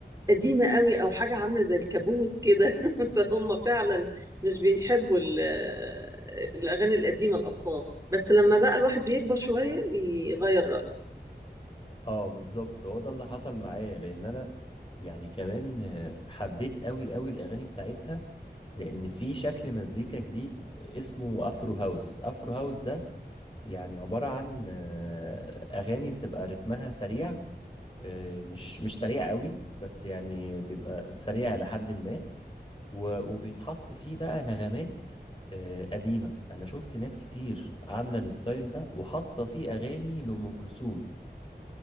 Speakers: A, on the right; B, on the left.
A: قديمة قوي أو حاجة عاملة زي الكابوس كده <laughs> فهم فعلا مش بيحبوا ال- آه، الأغاني القديمة الأطفال بس لما بقى الواحد بيكبر شوية بيغير رأيه
B: اه بالظبط هو ده اللي حصل معايا لان انا يعني كمان آه، حبيت قوي قوي الاغاني بتاعتها لان في شكل مزيكا جديد اسمه افرو هاوس افرو هاوس ده يعني عبارة عن آه، أغاني بتبقى رتمها سريع آه، مش مش سريع قوي بس يعني بيبقى سريع لحد ما و- وبيتحط فيه بقى نغمات آه، قديمة أنا شفت ناس كتير عاملة الستايل ده وحاطة فيه أغاني لأم كلثوم